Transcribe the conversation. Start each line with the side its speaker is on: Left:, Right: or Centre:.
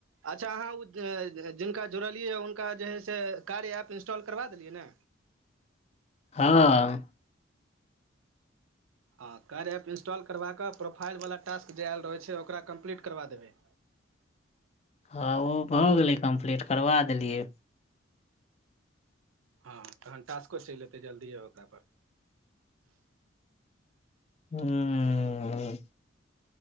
Right: अच्छा अहाँ ओ जिनका जुड़लियै हँ हुनका जे है से कार्य एप इन्स्टॉल करबा देलियै ने
Left: हँ
Right: हँ कार्य एप इन्स्टॉल करबा कऽ प्रोफाइल वला टास्क जे आयल रहै छै ओकरा कम्प्लीट करबा देबै
Left: हँ ओ भऽ गेलै कम्प्लीट करबा देलियै
Right: हँ तहन टास्को चलि एतै जल्दीए ओकरा पर
Left: हुँ